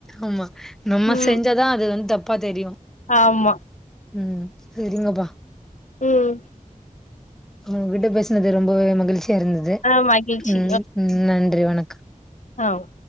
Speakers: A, in the centre; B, on the left.
A: ஆமா நம்ம
B: ம்
A: செஞ்சாதா அது வந்து தப்பா தெரியு
B: ஆமா
A: ம் சரிங்கப்பா
B: ம்
A: உங்கிட்ட பேசுனது ரொம்பவே மகிழ்ச்சி இருந்தது
B: ஆ மகிழ்ச்சி
A: ம் ம் நன்றி வணக்கம்
B: அ வ்